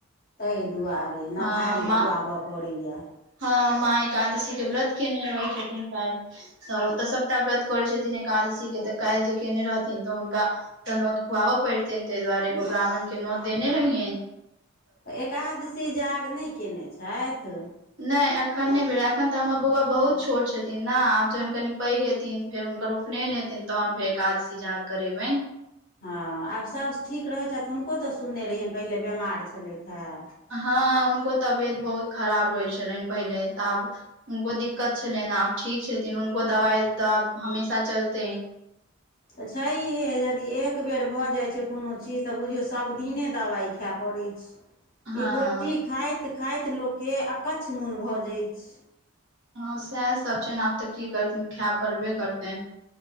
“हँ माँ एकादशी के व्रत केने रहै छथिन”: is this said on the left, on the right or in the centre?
Right